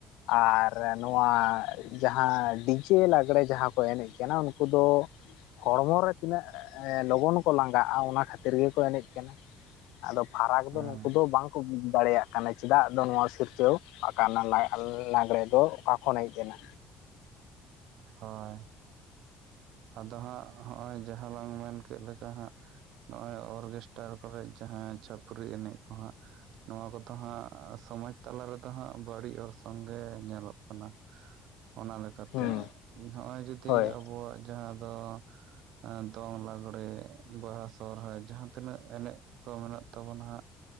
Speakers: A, on the left; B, on the right.
A: ᱟᱨ ᱱᱚᱣᱟ ᱡᱟᱦᱟᱸ ᱰᱤᱡᱮ ᱞᱟᱸᱜᱽᱬᱮᱸ ᱡᱟᱦᱟᱸ ᱠᱚ ᱮᱱᱮᱡ ᱠᱟᱱᱟ᱾ ᱩᱱᱠᱩ ᱫᱚ ᱦᱚᱲᱢᱚ ᱨᱮ ᱛᱤᱱᱟᱹᱜ ᱞᱚᱜᱚᱱ ᱠᱚ ᱞᱟᱸᱜᱟᱜᱼᱟ᱾ ᱚᱱᱟ ᱠᱷᱟᱹᱛᱤᱨ ᱜᱮᱠᱚ ᱮᱱᱮᱡ ᱠᱟᱱᱟ᱾ ᱟᱫᱚ ᱯᱷᱟᱨᱟᱠ
B: ᱦᱩᱸ
A: ᱫᱚ ᱱᱩᱠᱩ ᱫᱚ, ᱵᱟᱝᱠᱚ ᱵᱩᱡ ᱫᱟᱲᱮᱭᱟ-ᱜ ᱠᱟᱱᱟ᱾ ᱪᱮᱫᱟᱜ ᱫᱚ ᱱᱚᱣᱟ ᱥᱤᱨᱡᱟᱹᱣ ᱟᱠᱟᱱᱟᱼᱼ ᱞᱟᱸᱜᱽᱲᱮ ᱫᱚ ᱚᱠᱟ ᱠᱷᱚᱱ ᱦᱮᱡ ᱮᱱᱟ?
B: ᱦᱚᱭ ᱟᱫᱚ ᱦᱟᱸᱜ ᱦᱚᱸ-ᱚᱭ ᱡᱟᱦᱟᱸ ᱞᱟᱝ ᱢᱮᱱ ᱠᱮᱫ ᱞᱮᱠᱟ ᱾ᱦᱟᱸᱜ ᱱᱚᱜᱼᱚᱭ ᱚᱨᱠᱮᱥᱴᱟᱨ ᱠᱚᱨᱮᱜ ᱡᱟᱦᱟᱸ ᱪᱷᱟᱹᱯᱨᱤ ᱮᱱᱮᱡ ᱠᱚ ᱦᱟᱸᱜ ᱼᱼ ᱱᱚᱣᱟ ᱠᱚᱼᱫᱚ ᱦᱟᱸᱜ, ᱥᱚᱢᱟᱡᱽ ᱛᱟᱞᱟ ᱨᱮᱫᱚ ᱦᱟᱸᱜ, ᱵᱟᱹᱲᱤᱡ ᱚᱨᱥᱚᱝ ᱜᱮ ᱧᱮᱞᱚᱜ ᱠᱟᱱᱟ। ᱚᱱᱟ ᱞᱮᱠᱟᱛᱮ,
A: ᱦᱩᱸ
B: ᱱᱚᱜᱼᱚᱭ ᱡᱩᱫᱤ
A: ᱦᱳᱭ
B: ᱟᱵᱚᱣᱟᱼᱜ ᱡᱟᱦᱟᱸ ᱫᱚ ᱼᱼ ᱟ ᱫᱚᱝ ᱞᱟᱜᱽᱲᱮ, ᱵᱟᱦᱟ ᱥᱚᱦᱚᱨᱟᱭ, ᱡᱟᱦᱟᱸ ᱼᱼ ᱛᱤᱱᱟᱹᱜ ᱮᱱᱮᱡ ᱠᱚ ᱢᱮᱱᱟ-ᱜ ᱛᱟᱵᱚᱱᱟ᱾ ᱦᱟᱸᱜ